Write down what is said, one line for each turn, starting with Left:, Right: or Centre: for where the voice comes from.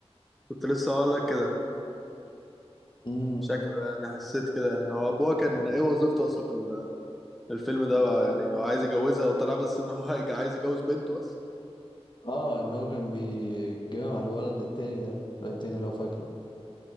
Centre: كنت لسه هقول لك كده
Left: امم
Centre: شكله يعني حسيت كده يعني هو ابوها كان ايه وظيفته اصلا في ال- الفيلم ده بقى يعني هو عايز يجوزها وطلع بس ان هو هيج- عايز يجوز بنته بس
Left: اه ان هو كان بيتجمع مع الولد التاني ده الولد التاني لو فاكره